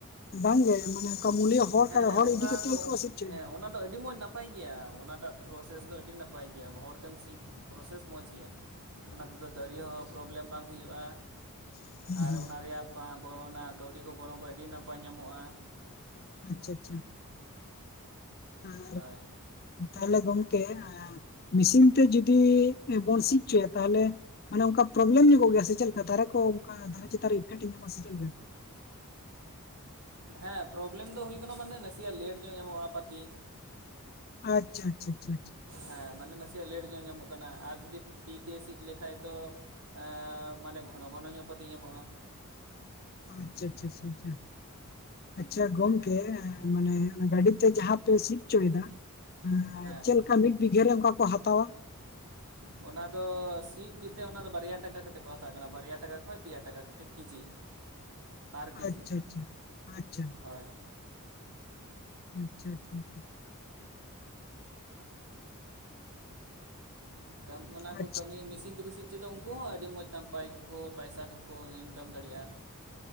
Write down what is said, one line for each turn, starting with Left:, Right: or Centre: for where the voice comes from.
Left: ᱵᱟᱝᱜᱮ ᱢᱟᱱᱮ <unintelligible> ᱢᱩᱞᱤᱭᱟᱹ ᱦᱚᱲᱠᱟ
Right: ᱦᱮᱸ ᱦᱮᱸ
Left: ᱦᱚᱲ
Right: ᱚᱱᱠᱟ
Left: ᱤᱫᱤ ᱠᱟᱛᱮ
Right: ᱫᱚ
Left: ᱜᱮᱠᱚ ᱥᱤᱜ <unintelligible>
Right: ᱦᱮᱸ ᱚᱱᱟ ᱫᱚ ᱟᱹᱰᱤ ᱢᱚᱸᱡᱽ ᱱᱟᱯᱟᱭ ᱜᱮᱭᱟ ᱚᱱᱟᱴᱟᱜ ᱯᱨᱚᱥᱮᱥ ᱫᱚ ᱟᱹᱰᱤ ᱱᱟᱯᱟᱭ ᱜᱮᱭᱟ ᱦᱚᱲᱛᱮᱢ ᱥᱤᱫ ᱯᱨᱚᱥᱮᱥ ᱢᱚᱡᱽ ᱜᱮᱭᱟ ᱚᱱᱟ ᱛᱮᱫᱚ ᱫᱟᱹᱨᱤ ᱦᱚᱸ ᱯᱨᱚᱵᱞᱮᱢ ᱵᱟᱝ ᱦᱩᱭᱩᱜᱼᱟ
Left: ᱠᱟᱱᱟ
Right: ᱟᱨ
Left: ᱦᱩᱸ ᱦᱩᱸ
Right: ᱚᱱᱟ ᱨᱮᱭᱟᱜ ᱯᱟ ᱜᱚ ᱚᱱᱟ ᱠᱟᱹᱣᱰᱤ ᱠᱚ ᱜᱚᱱᱚᱝ ᱠᱚ ᱟᱹᱰᱤ ᱱᱟᱯᱟᱭ ᱧᱟᱢᱚᱜᱼᱟ
Left: ᱟᱪᱪᱷᱟ ᱟᱪᱪᱷᱟ ᱟᱨ
Right: ᱦᱳᱭ
Left: ᱛᱟᱦᱚᱞᱮ ᱜᱚᱝᱠᱮ ᱮᱸ ᱢᱤᱥᱤᱱ ᱛᱮ ᱡᱩᱫᱤ ᱵᱚᱱ ᱥᱤᱫ ᱪᱚᱭᱟ ᱛᱟᱦᱚᱞᱮ ᱢᱟᱱᱮ ᱚᱱᱠᱟ ᱯᱨᱚᱵᱞᱮᱢ ᱧᱚᱜᱚᱜ ᱜᱮᱭᱟ ᱥᱮ ᱪᱮᱫ ᱞᱮᱠᱟ ᱫᱟᱨᱮ ᱠᱚ ᱚᱱᱠᱟ ᱫᱟᱨᱮ ᱪᱮᱛᱟᱱ ᱨᱮ ᱤᱯᱷᱮᱠᱴ ᱧᱟᱢᱟ ᱥᱮ ᱪᱮᱫ ᱞᱮᱠᱟ?
Right: ᱦᱮᱸ ᱯᱨᱚᱵᱞᱮᱢ ᱫᱚ ᱦᱩᱭᱩᱜ ᱠᱟᱱᱟ ᱢᱟᱱᱮ ᱱᱟᱥᱮᱭᱟᱜ ᱞᱮᱴ ᱧᱚᱜ ᱧᱟᱢᱚᱜᱼᱟ ᱯᱟᱹᱛᱤ
Left: ᱟᱪᱪᱷᱟ ᱟᱪᱪᱷᱟ <unintelligible>
Right: ᱦᱮᱸ ᱢᱟᱱᱮ ᱱᱟᱥᱮᱭᱟᱜ ᱞᱮᱴ ᱧᱚᱜ ᱧᱟᱢᱚᱜ ᱠᱟᱱᱟ ᱟᱨ ᱡᱩᱫᱤ ᱛᱤᱛᱮ ᱥᱤᱫ ᱞᱮᱠᱷᱟᱡ ᱫᱚ ᱮᱸ ᱢᱟᱱᱮ ᱜᱷᱚᱱᱚ ᱜᱷᱚᱱᱚ ᱧᱚᱜ ᱯᱟᱹᱛᱤ ᱧᱟᱢᱚᱜᱼᱟ
Left: ᱟᱪᱪᱷᱟ ᱟᱪᱪᱷᱟ ᱟᱪᱪᱷᱟ ᱟᱪᱪᱷᱟ ᱟᱪᱪᱷᱟ ᱜᱚᱝᱠᱮ ᱮᱸ ᱢᱟᱱᱮ ᱜᱟᱹᱰᱤᱛᱮ ᱡᱟᱦᱟᱸ ᱯᱮ ᱥᱤᱜ ᱪᱚᱭᱮᱫᱟ ᱮᱸ
Right: ᱦᱮᱸ
Left: ᱪᱮᱫ ᱞᱮᱠᱟ ᱢᱤᱫ ᱵᱤᱜᱷᱟᱹᱨᱮ ᱚᱱᱠᱟ ᱠᱚ ᱦᱟᱛᱟᱣᱟ?
Right: <unintelligible> ᱚᱱᱟ ᱫᱚ ᱥᱤᱫ ᱠᱟᱛᱮᱜ ᱚᱱᱟ ᱫᱚ ᱵᱟᱨᱭᱟ ᱴᱟᱠᱟ ᱠᱟᱛᱮᱫ ᱠᱚ ᱦᱟᱛᱟᱣ ᱠᱟᱱᱟ ᱵᱟᱨᱭᱟ ᱴᱟᱠᱟ ᱠᱷᱚᱡ ᱯᱮᱭᱟ ᱴᱟᱠᱟ ᱠᱟᱛᱮᱫ ᱠᱤᱡᱤ ᱯᱟᱨ ᱠᱤᱡᱤ
Left: ᱟᱪᱪᱷᱟ ᱟᱪᱪᱷᱟ ᱟᱪᱪᱷᱟ
Right: ᱦᱳᱭ
Left: ᱟᱪᱪᱷᱟ ᱟᱪᱪᱷᱟ <unintelligible>
Right: ᱠᱟᱢ ᱚᱱᱟ ᱠᱚ
Left: ᱟᱪᱪᱷᱟ
Right: ᱠᱟᱹᱢᱤ ᱢᱮᱥᱤᱱ ᱛᱤᱠᱩ ᱥᱤᱫ <unintelligible> ᱩᱱᱠᱩ ᱦᱚᱸ ᱟᱹᱰᱤ ᱢᱚᱡᱽ ᱱᱟᱯᱟᱭ ᱠᱚᱠᱚ ᱯᱟᱭᱥᱟ ᱠᱚᱠᱚ ᱤᱱᱠᱟᱢ ᱫᱟᱲᱮᱭᱟᱜᱼᱟ